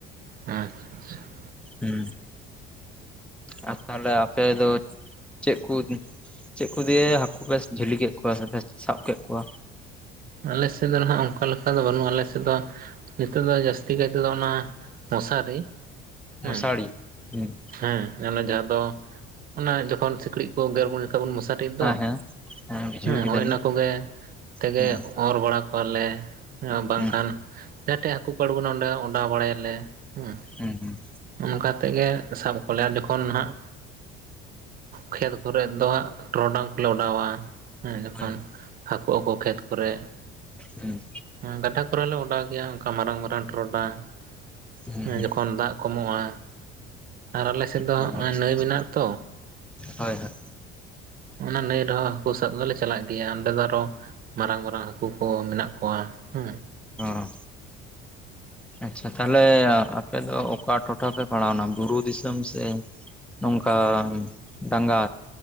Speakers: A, on the right; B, in the centre.
A: ᱟᱪᱪᱷᱟ ᱟᱪᱪᱷᱟ
B: ᱦᱮᱸ ᱟᱨ ᱛᱟᱦᱚᱞᱮ ᱟᱯᱮ ᱫᱚ ᱪᱮᱫ ᱠᱚ ᱪᱮᱫ ᱠᱚ ᱫᱤᱭᱮ ᱦᱟᱹᱠᱩ ᱯᱮ ᱡᱷᱟᱞᱤ ᱠᱮᱫ ᱠᱚᱣᱟ ᱥᱮᱯᱮ ᱥᱟᱵ ᱠᱮᱫ ᱠᱚᱣᱟ᱾
A: ᱟᱞᱮ ᱥᱮᱫ ᱫᱚ ᱦᱟᱸᱜ ᱚᱱᱠᱟ ᱞᱮᱠᱟ ᱫᱚ ᱵᱟᱹᱱᱩᱜᱼᱟ ᱟᱞᱮ ᱥᱮᱫ ᱫᱚ, ᱱᱤᱛᱚᱜ ᱫᱚ ᱡᱟᱹᱥᱛᱤ ᱠᱟᱭ ᱛᱮᱫᱚ ᱚᱱᱟ ᱢᱚᱥᱟᱨᱤ ᱦᱮᱸ
B: ᱢᱚᱥᱟᱬᱤ ᱦᱮᱸ,
A: ᱦᱮᱸ ᱚᱱᱮ ᱡᱟᱦᱟᱸ ᱫᱚ ᱚᱱᱟ ᱡᱚᱠᱷᱚᱱ ᱥᱤᱠᱲᱤᱡ ᱠᱚ ᱜᱮᱨ ᱵᱚᱱ ᱢᱚᱥᱟ ᱴᱤᱜ
B: ᱦᱮᱸ
A: ᱫᱚ
B: ᱦᱮᱸ ᱦᱮᱸ ᱵᱩᱡᱷᱟᱹᱣ
A: ᱦᱮ
B: ᱠᱮᱫᱟᱞᱤᱧ
A: ᱦᱳᱭ ᱚᱱᱟ ᱠᱚᱜᱮ ᱛᱮᱜᱮ,
B: ᱦᱩᱸ
A: ᱚᱨ ᱵᱟᱲᱟ ᱠᱚᱣᱟᱞᱮ ᱵᱟᱝᱠᱷᱟᱱ
B: ᱦᱩᱸ
A: ᱡᱟᱦᱟᱸ ᱴᱷᱮᱡ ᱦᱟᱹᱠᱩ ᱠᱚ ᱟᱬᱜᱚᱱᱟ ᱚᱸᱰᱮ, ᱚᱰᱟᱣ ᱵᱟᱲᱟᱭᱟᱞᱮ ᱦᱮᱸ,
B: ᱦᱮᱸ ᱦᱮᱸ
A: ᱚᱱᱠᱟ ᱛᱮᱜᱮ ᱥᱟᱵ ᱠᱚᱣᱟᱞᱮ ᱟᱨ ᱡᱚᱠᱷᱚᱱ ᱦᱟᱸᱜ ᱠᱷᱮᱛ ᱠᱚᱨᱮᱫ ᱫᱚ ᱴᱚᱨᱚᱰᱟᱝ ᱠᱚᱞᱮ ᱚᱰᱟᱣᱟ᱾ ᱦᱮᱸ ᱡᱚᱠᱷᱚᱱ
B: ᱦᱳᱭ
A: ᱦᱟᱹᱠᱳ ᱟᱠᱚ ᱠᱷᱮᱛ ᱠᱚᱨᱮ,
B: ᱦᱮᱸ
A: ᱜᱟᱰᱟ ᱠᱚᱨᱮ ᱞᱮ ᱚᱰᱟᱣ ᱜᱮᱭᱟ ᱚᱱᱠᱟ ᱢᱟᱨᱟᱝ ᱢᱟᱨᱟᱝ ᱴᱚᱨᱚᱰᱟᱝ᱾
B: ᱦᱩᱸ
A: ᱦᱮ
B: ᱦᱩᱸ
A: ᱡᱚᱠᱷᱚᱱ ᱫᱟᱜ ᱠᱚᱢᱚᱜᱼᱟ, ᱟᱨ ᱟᱞᱮᱥᱮᱫ ᱫᱚ
B: ᱚ
A: ᱦᱚᱜ-ᱚᱭ
B: ᱟᱪᱪᱷᱟ
A: ᱱᱟᱹᱭ
B: ᱟᱪᱪᱷᱟ
A: ᱢᱮᱱᱟᱜᱼᱟ ᱛᱚ᱾
B: ᱦᱳᱭ ᱦᱳᱭ
A: ᱚᱱᱟ ᱱᱟᱹᱭ ᱨᱮᱦᱚᱸ ᱦᱟᱹᱠᱳ ᱥᱟᱵ ᱫᱚᱞᱮ ᱪᱟᱞᱟᱜ ᱜᱮᱭᱟ᱾ ᱚᱸᱰᱮ ᱫᱚ ᱟᱨᱚ, ᱢᱟᱨᱟᱝ ᱢᱟᱨᱟᱝ ᱦᱟᱹᱠᱳ ᱠᱚ ᱢᱮᱱᱟᱜ ᱠᱚᱣᱟ ᱦᱮ᱾
B: ᱚ
A: <inaudible>
B: ᱟᱪᱪᱷᱟ ᱛᱟᱦᱞᱮ ᱟᱯᱮ ᱫᱚ ᱚᱠᱟ ᱴᱚᱴᱷᱟ ᱯᱮ ᱯᱟᱲᱟᱣᱱᱟ ᱵᱩᱨᱩ ᱫᱤᱥᱚᱢ ᱥᱮ ᱱᱚᱝᱠᱟ ᱰᱟᱝᱟ?